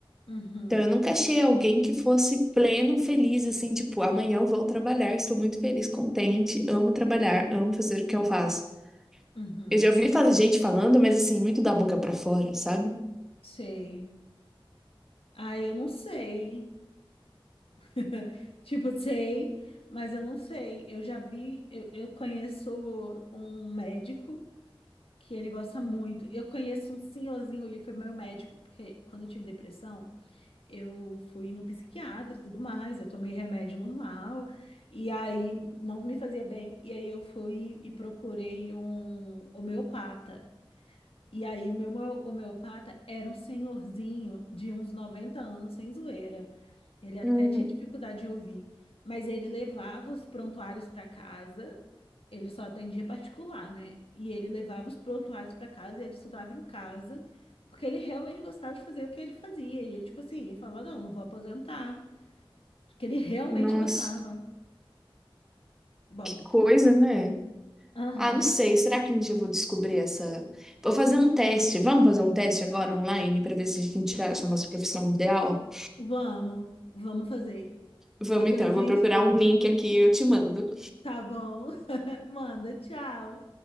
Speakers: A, on the left; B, in the centre.
A: Uhum,
B: Então eu nunca achei alguém que fosse pleno, feliz, assim, tipo, amanhã eu vou trabalhar, estou muito feliz, contente, amo trabalhar, amo fazer o que eu faço.
A: uhum,
B: Eu já ouvi fal- gente falando, mas assim, muito da boca pra fora, sabe?
A: sei. Ah, eu não sei. <laughs> Tipo, sei, mas eu não sei. Eu já vi, eu, eu conheço um médico que ele gosta muito. Eu conheço um senhorzinho, ele foi meu médico, porque quando eu tive depressão. Eu fui no psiquiatra e tudo mais, eu tomei remédio normal, e aí não me fazia bem. E aí eu fui e procurei um homeopata. E aí o meu homeo- homeopata era um senhorzinho de uns 90 anos, sem zoeira. Ele até
B: Hum,
A: tinha dificuldade de ouvir, mas ele levava os prontuários para casa. Ele só atendia particular, né? E ele levava os prontuários para casa e ele estudava em casa, porque ele realmente gostava de fazer o que ele fazia. E ele, tipo assim, ele falava: "Não, não vou aposentar", porque ele realmente
B: Nossa,
A: gostava. Bom,
B: que coisa, né?
A: aham.
B: Ah, não sei. Será que um dia eu vou descobrir essa? Vou fazer um teste. Vamos fazer um teste agora online para ver se a gente acha a nossa profissão ideal?
A: Vamos, vamos fazer.
B: Vamos
A: Depois
B: então,
A: a
B: eu
A: gente,
B: vou procurar um link aqui e eu te mando.
A: tá bom. <laughs> Manda, tchau.